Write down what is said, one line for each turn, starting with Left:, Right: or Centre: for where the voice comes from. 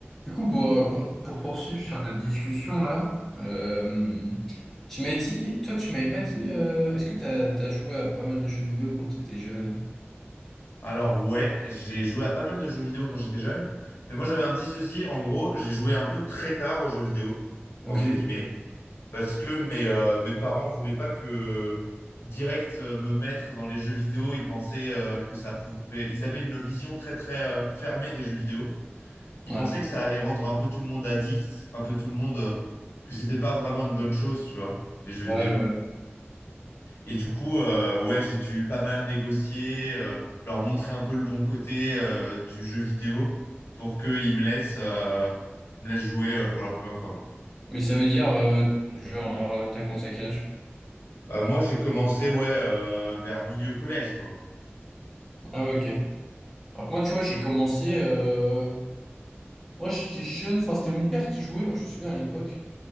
Centre: Du coup, pour, euh, con- pour poursuivre sur notre discussion là, euh, tu m'as dit, toi, tu m'avais pas dit, euh, est-ce que t'as, t'as joué à pas mal de jeux vidéo quand t'étais jeune?
Left: Alors ouais, j'ai joué à pas mal de jeux vidéo quand j'étais jeune, mais moi j'avais un petit souci, en gros, j'ai joué un peu très tard aux jeux vidéo,
Centre: Ok.
Left: entre guillemets, parce que mes, euh, mes parents voulaient pas que direct euh, me mettre dans les jeux vidéo, ils pensaient euh, que ça pouvait, ils avaient une vision très très euh, fermée des jeux vidéo, ils
Centre: Ouais.
Left: pensaient que ça allait rendre un peu tout le monde addict, un peu tout le monde, euh, que c'était pas vraiment une bonne chose, tu vois, les jeux vidéo.
Centre: Ouais, ouais.
Left: Et du coup, euh, ouais, j'ai dû pas mal négocier, euh, leur montrer un peu le bon côté euh, du jeu vidéo pour qu'ils me laissent, euh, me laissent jouer euh, pour la première fois, quoi.
Centre: Mais ça veut dire, euh, genre, euh, t'as commencé à quel âge?
Left: Euh, moi, j'ai commencé, ouais, euh, vers milieu collège, quoi.
Centre: Ah ouais, ok. Alors que moi, tu vois, j'ai commencé, euh, moi, j'étais jeune, enfin, c'était mon père qui jouait, moi, je me souviens à l'époque.